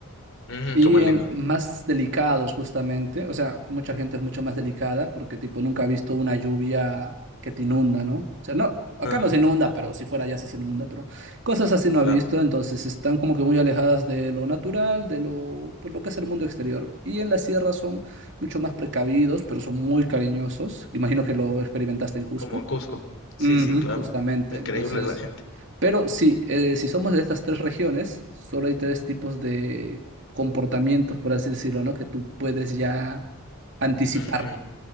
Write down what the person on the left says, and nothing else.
ujú,
como en
Lima.
Ah,
ah,
claro,
como en Cusco. Sí,
sí, claro.
Increíble
la gente.
Ujú,